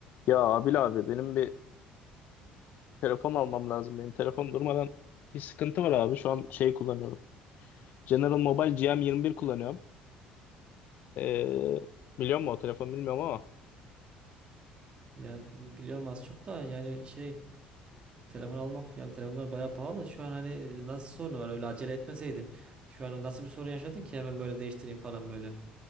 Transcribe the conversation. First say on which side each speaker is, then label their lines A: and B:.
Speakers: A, on the left; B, on the right.
A: Ya Abil abi benim bir telefon almam lazım. Benim telefon durmadan bir sıkıntı var abi. Şu an şey kullanıyorum. General Mobile GM21 kullanıyorum. Ee, biliyor musun o telefonu bilmiyorum ama.
B: Ya biliyorum az çok da yani şey telefon almak yani telefonlar bayağı pahalı. Şu an hani e, nasıl sorunu var öyle acele etmeseydin. Şu an nasıl bir sorun yaşadın ki hemen böyle değiştireyim falan böyle.